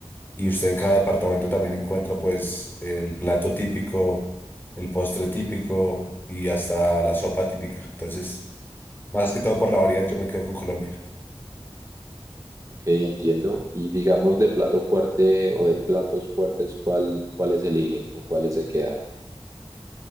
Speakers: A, on the left (about 20°); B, on the right (about 35°).
A: Y usted en cada departamento también encuentra pues el plato típico, el postre típico y hasta la sopa típica. Entonces, más que todo por la variedad, yo me quedo con Colombia.
B: Ok, entiendo. Y digamos de plato fuerte o de platos fuertes, ¿cuál, cuáles elige? ¿Con cuáles se queda?